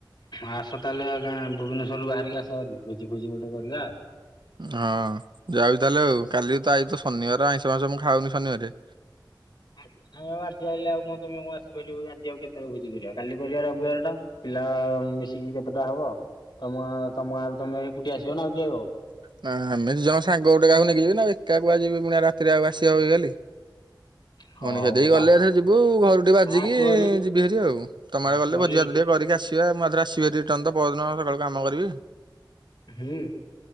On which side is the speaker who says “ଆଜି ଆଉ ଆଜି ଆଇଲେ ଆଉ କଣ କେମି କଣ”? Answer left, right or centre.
Left